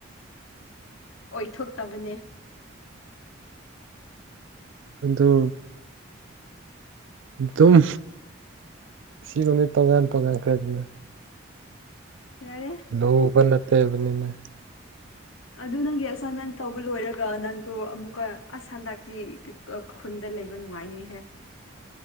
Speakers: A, on the left; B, on the right.
A: ꯑꯣꯏꯊꯣꯛꯇꯕꯅꯦ
B: ꯑꯗꯨ ꯑꯗꯨꯝ ꯁꯤꯒꯅꯦ ꯇꯣꯉꯥꯟ ꯇꯣꯉꯥꯟꯈ꯭ꯔꯦꯗꯅ
A: ꯌꯥꯔꯦ
B: ꯂꯨꯕ ꯅꯠꯇꯦꯕꯅꯤꯅꯦ
A: ꯑꯗꯨ ꯅꯪꯒꯤ ꯑꯦꯁꯥꯏꯟꯃꯦꯟ ꯇꯧꯕ ꯂꯣꯏꯔꯒ ꯅꯪꯗꯣ ꯑꯃꯨꯛꯀ ꯑꯁ ꯍꯟꯗꯛꯇꯤ ꯈꯨꯟꯗ ꯂꯩꯕ ꯅꯨꯡꯉꯥꯏꯅꯤꯍꯦ